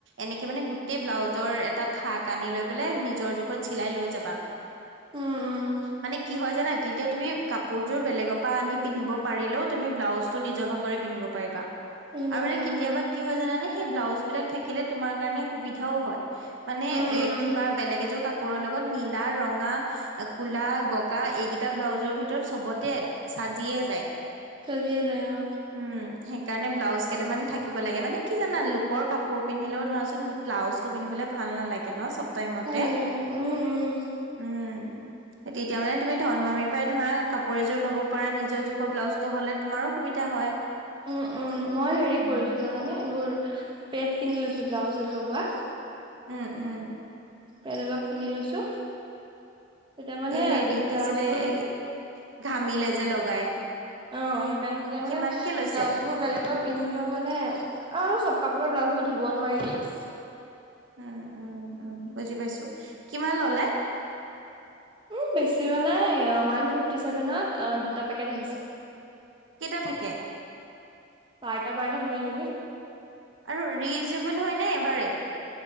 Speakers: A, on the right; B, on the right.
A: এনেকে মানে গোটেই ব্লাউজৰ এটা থাক আনি লৈ পেলাই নিজৰ জোখত চিলাই লৈ যাবা
B: উম উম
A: মানে কি হয় জানা তেতিয়া তুমি কা পোৰযোৰ বেলেগৰ পৰা আনি পিন্ধিব পাৰিলেও তুমি ব্লাউজটো নিজৰ ভাগৰে পিন্ধিব পাৰিবা
B: পিন্ধিব
A: আৰু
B: পাৰিম
A: এনে কেতিয়াবা
B: অ
A: কি হয় জানানে সেই ব্লাউজ বিলাক থাকিলে তোমাৰ কাৰণে সুবিধাও হয় মানে
B: উম
A: এ
B: উম
A: কিবা বেলেগ এযোৰ কাপোৰৰ লগত নীলা ৰঙা কোলা বগা এইকেইটা ব্লাউজৰ ভিতৰত চবতে চাজিয়ে যায়
B: চাজিয়ে যাই অ
A: উম সেইকাৰণে ব্লাউজ কেইটামান থাকিব লাগে মানে কি জানা লোকৰ কাপোৰ পিন্ধিলেও ধৰাচোন ব্লাউজটো পিন্ধিবলে ভাল নালাগে ন চব টাইমতে
B: ভাল নালাগে উম উম
A: উম তেতিয়া মানে তুমি ধন মামিৰ পৰাই ধৰা কাপোৰ এযোৰ লব পৰা নিজৰ জোখৰ ব্লাউজটো হলে তোমাৰো সুবিধা হয়
B: উম উম মই হেৰি
A: উম,
B: কৰিছো জানানে এইবোৰ পেড কিনি লৈছো ব্লাউজত লগোৱা
A: উম উম
B: পেড অলপ কিনি লৈছো তেতিয়া মানে
A: এই হেৰি কি
B: ব্লাউজ
A: আছিলে
B: বোৰ
A: এই ঘামিলে যে লগাই
B: অ সেইকাৰণে তেতিয়া মানে
A: কিমানকে লৈছে
B: ব্লাউজ বোৰ বেলেগৰ পিন্ধিলোও মানে আৰু চব কাপোৰৰ ব্লাউজ বোৰ ধুব নোৱাৰি দিয়া
A: উম উম উম বুজি পাইছো কিমান ললে
B: উ বেছি লোৱা নাই ওৱান ফিফটি চেভেনত আ দুটা পেকেট আহিছে।
A: কেইটা থাকে।
B: বাৰটা বাৰটা থাকে নেকি
A: আৰু ৰিউজেবল হয়নে এবাৰেই